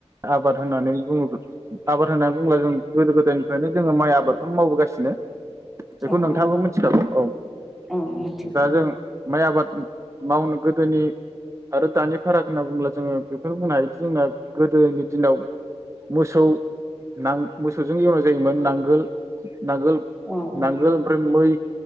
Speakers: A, on the right (about 25°); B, in the centre.
A: आबाद होननानै बुङो आबाद होननानै बुङोब्ला जों गोदो गोदायनिफ्रायनो जोंङो माइ आबादखौनो मावबोगासिनो । बेखौ
B: औ
A: नोंथांङाबो
B: औ
A: मिथिखागौ औ
B: औ मिथिगौ
A: दा जों माइ आबाद मावनो गोदोनि आरो दानि फाराग होनना बुङोब्ला जोंङो बेखौनो बुंनो हायोदि जोंना गोदोनि दिनाव मोसौ नां मोसौजों एवनाय जायोमोन नांगोल नांगोल
B: औ
A: नांगोल ओमफ्राय मै